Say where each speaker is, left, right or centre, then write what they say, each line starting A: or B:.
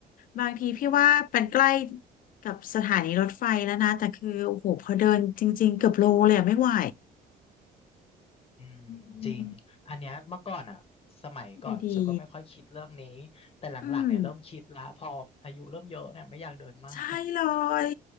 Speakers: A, on the left (about 55°); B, on the left (about 35°).
A: บางทีพี่ว่ามันใกล้กับสถานีรถไฟแล้วนะแต่คือโอ้โหพอเดินจริงๆเกือบโลเลยอะไม่ไหว
B: อืมจริงอันเนี้ยเมื่อก่อนอ่ะสมัยก่อนฉันก็ไม่ค่อยคิดเรื่องนี้
A: อืมดี
B: แต่หลังๆเนี่ยเริ่มคิดละพออายุเริ่มเยอะเนี่ยไม่อยากเดินมาก
A: ๆอืมใช่เลย